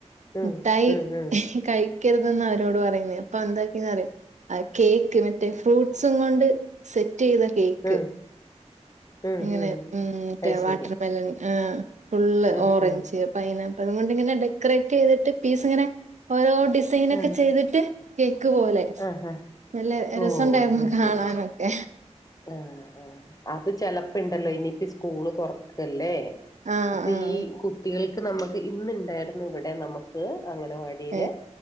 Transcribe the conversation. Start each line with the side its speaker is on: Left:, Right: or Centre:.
Left: ഉം
Right: മിട്ടായി
Left: ഉം ഉം
Right: ഹി കഴി- ക്കരുതെന്ന അവരോട് പറയുന്നെ അപ്പൊ എന്താക്കിന്ന് അറിയോ കേക്ക് മറ്റേ ഫ്രൂട്ട്സും കൊണ്ട് സെറ്റ് ചെയ്ത കേക്ക്
Left: ഉം ഉം
Right: ഇങ്ങനെ
Left: ഉം
Right: മറ്റേ
Left: അത് ശരി
Right: വാട്ടർമെലൺ ആഹ് ഫുള്ള്
Left: ഉം
Right: ഓറഞ്ച്
Left: ഉം
Right: പൈനാ- അതുകൊണ്ട് ഇങ്ങനെ ഡെക്കറേറ്റ് ചെയ്തിട്ട് പീസ് ഇങ്ങനെ ഓരോ ഡിസൈനോക്കെ
Left: ആഹ്
Right: ചെയ്തിട്ട് <unintelligible> <unintelligible> പോലെ
Left: ആഹ് ആഹ്
Right: നല്ല രസംണ്ടായിരുന്നു
Left: ഓഹ് അത്
Right: കാണാനൊക്കെ
Left: ശരി ആഹ് ആ അത് ചെലപ്പുണ്ടല്ലോ ഇനിയിപ്പ സ്കൂള് തുറക്കല്ലേ
Right: ആഹ്
Left: അപ്പൊ
Right: ആഹ്
Left: ഈ കുട്ടികൾക്ക് നമുക്ക് ഇന്നുണ്ടായിരുന്നു ഇവിടെ നമുക്ക് അംഗനവാടിയില്
Right: ഏഹ്